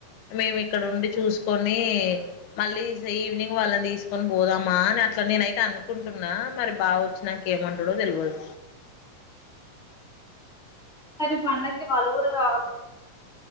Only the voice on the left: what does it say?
మేము ఇక్కడ ఉండి చూసుకొని, మళ్ళీ ఈవినింగ్ వాళ్ళని తీసుకొని బోదామా అని అట్లా నేనైతే అనుకుంటు టున్నా మరి బావ వచ్చినంక ఏమంటడో తెల్వదు.